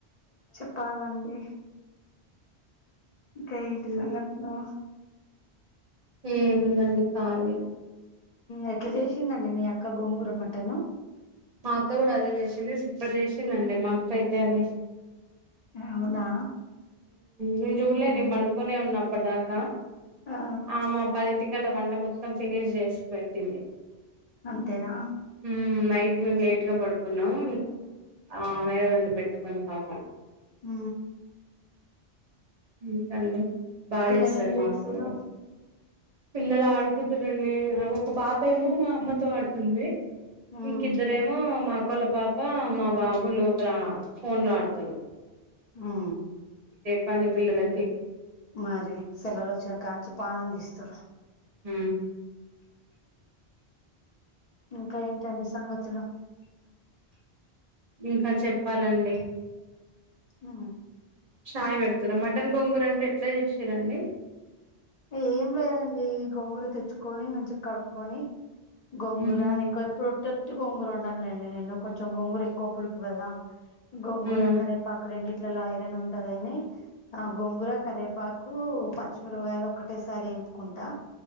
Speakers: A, on the left (about 55°); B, on the right (about 45°).
A: చెప్పాలండి ఇంకా ఏంటి
B: ఉమ్
A: సంగతులు
B: ఏముందండి కాలి
A: ఎట్లా చేసిందండి మీ అక్క గోంగూర మటన్
B: మా అక్క కూడా అదే చేసింది సూపర్ చేసిందిండి మా అక్క అయితే అది
A: అవునా
B: నేను చూడలే నే
A: మ్
B: పండుకొనే ఉన్నప్పటి దాకా
A: ఆ
B: ఆమా పది ఇంటికిట పొద్దుగాల వంట మొత్తం ఫినిష్ చేసి పెెట్టింది
A: అంతేనా
B: ఉ నైట్ నేను లేట్ గా పడుకు కున్నాము ఆమె వండి పెట్టుకుంది పాపం
A: ఉ
B: ఇంకా అండి బాగా
A: పిల్లలు
B: చేస్తాది
A: ఏం
B: మా
A: చేస్తుర్రు
B: అక్క కూడా పిల్లలు ఆడుకుంటారండి ఒక పాప ఏమో మా అమ్మతో ఆడుతుంది
A: మ్
B: ఇంకా ఇద్దరేమో మా మా అక్క లా పాప మా బాబు లోపల ఫోన్ లో ఆడుతడు
A: ఆ
B: పని పిల్లలకి
A: మరి సెలవలు వచ్చినా కానుంచి పానం తీస్తూరు
B: ఊ
A: ఇంకా ఏంటండి సంగతులు
B: ఇంకా చెప్పాలండి
A: హు
B: చాయ్ పెడుతురా మటన్ గోంగూర అంటే ఎట్లా చేసిరండి,
A: ఏం లేదండి గోంగుర తెచ్చుకొని మంచిగా కడుక్కొని గోంగూర
B: ఉమ్
A: ఆనంకాయ పొట్టు. ఉట్టి గోంగూర వండాను లేండి నేను, కొంచెం గోంగూర ఎక్కువ పులుపు గదా, గోంగూర
B: ఉమ్
A: కరేపాకు రెండిటి. ఇట్లల్లా ఐరన్ ఉంటదిని, ఆ గొంగుర కరేపాకూ పచ్చిమీరపగాయలు. ఒకటేసారి ఎంపుకుంటా